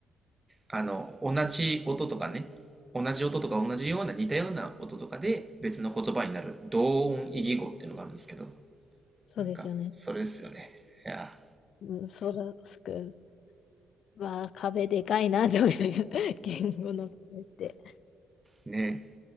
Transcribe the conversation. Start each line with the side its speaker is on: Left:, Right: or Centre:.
Right: あの、同じ音とかね。同じ音とか同じような似たような音とかで別の言葉になる同音異義語っていうのがあるんですけど、
Left: そうですよね。
Right: なんか、それですよね。いや
Left: うん、そうだ、すく、わあ、壁でかいなと思いながら、言語の壁って。
Right: ー、ね、